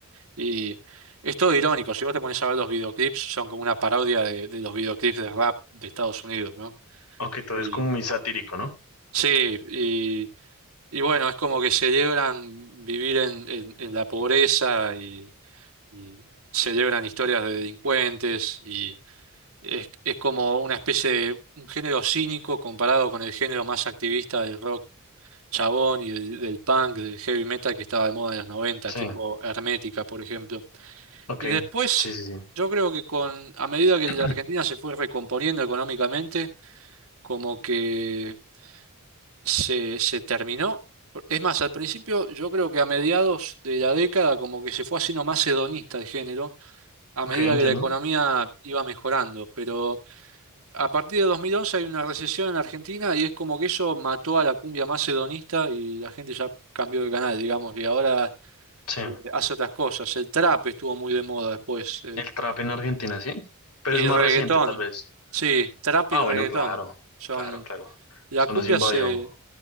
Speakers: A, on the right; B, on the left.
A: Y es todo irónico, si vos te pones a ver los videoclips, son como una parodia de, de los videoclips de rap de Estados Unidos, ¿no?
B: Aunque todo
A: Y,
B: es como muy satírico, ¿no?
A: sí, y, y bueno, es como que celebran vivir en, en- en la pobreza y, y celebran historias de delincuentes y es, es como una especie de un género cínico comparado con el género más activista del rock chabón y del, del punk, del heavy metal que estaba de moda en los noventa
B: Sí,
A: tipo Hermética, por ejemplo.
B: ok,
A: Y después,
B: sí, sí, sí.
A: yo creo que con, a medida que
B: <clears throat>
A: la Argentina se fue recomponiendo económicamente, como que se, se terminó. Es más, al principio, yo creo que a mediados de la década, como que se fue haciendo más hedonista el género, a
B: Ok,
A: medida
B: entiendo.
A: que la economía iba mejorando. Pero a partir de 2011 hay una recesión en Argentina y es como que eso mató a la cumbia más hedonista y la gente ya cambió de canal, digamos, y ahora
B: Sí,
A: eh, hace otras cosas. El trap estuvo muy de moda después.
B: el trap en Argentina, sí. Pero
A: Y
B: es más
A: reggaetón,
B: reciente, tal vez.
A: sí, trap
B: Ah,
A: y reggaetón
B: bueno, claro,
A: son...
B: claro, claro.
A: La
B: Eso
A: cumbia
B: nos invadió.
A: se...